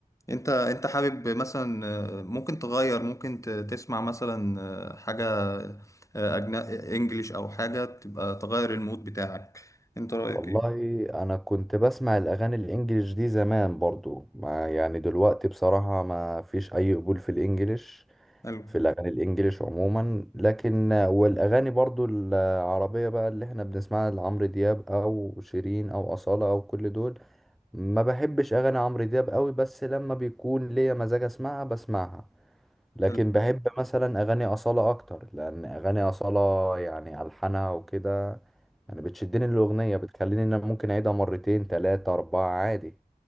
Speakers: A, on the left; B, in the centre.
A: انت انت حابب مثلا آه، ممكن تغير ممكن ت- تسمع مثلا آه، حاجه آه، أجن... انجليش او حاجه تبقى تغير المود بتاعك انت رايك
B: والله
A: ايه
B: انا كنت بسمع الاغاني الانجليش دي زمان برضو ما يعني دلوقتي بصراحة ما فيش اي قبول في الانجليش
A: حلو
B: في الاغاني الانجليش عموما لكن والاغاني برضو العربية بقى اللي احنا بنسمعها لعمرو دياب او شيرين او أصالة او كل دول ما بحبش اغاني عمرو دياب قوي بس لما بيكون ليا مزاج اسمعها بسمعها لكن
A: حلو
B: بحب مثلا اغاني اصالة اكتر لان اغاني اصالة يعني الحانها وكده يعني بتشدني الاغنية بتخليني ان انا ممكن اعيدها مرتين تلاتة اربعة عادي